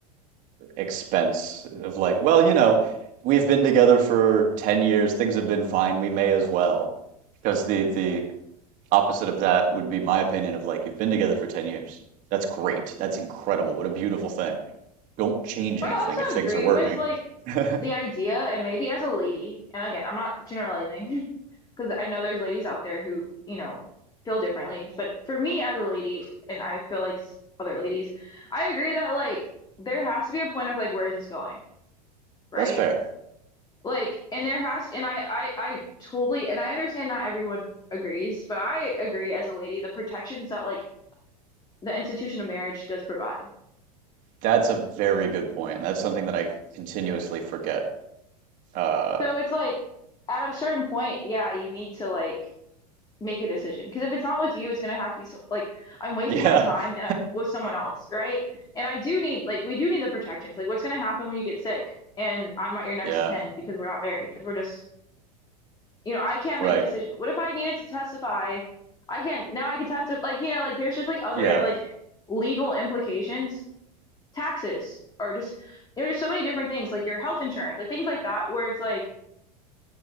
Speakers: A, on the right; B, on the left.
A: expense of like, well, you know, we've been together for 10 years, things have been fine, we may as well. Because the the opposite of that would be my opinion of like, you've been together for 10 years. That's great. That's incredible. What a beautiful thing. Don't change
B: But
A: anything
B: I also
A: if things
B: agree
A: are working.
B: with like
A: <laughs>
B: the idea, and maybe as a lady, and again, I'm not generalizing <laughs> because I know there's ladies out there who, you know, feel differently. But for me as a lady, and I feel like other ladies, I agree that like there has to be a point of like, where is this going? Right?
A: That's fair.
B: Like, and there has, and I, I, I totally, and I understand not everyone agrees, but I agree as a lady, the protections that like the institution of marriage does provide.
A: That's a very good point. That's something that I continuously forget. Uh,
B: So it's like at a certain point, yeah, you need to like make a decision because if it's not with you, it's gonna have to be so, like I'm wasting
A: yeah.
B: my time
A: <laughs>
B: and I with someone else, right? And I do need like we do need the protections. Like, what's gonna happen when you get sick and I'm not your next
A: Yeah,
B: of kin because we're not married because we're just You know, I can't
A: right.
B: make decisions. What if I needed to testify? I can't now I can testify like you know, like there's just like other
A: Yeah.
B: like legal implications, taxes or just you know, there's so many different things, like your health insurance, like things like that, where it's like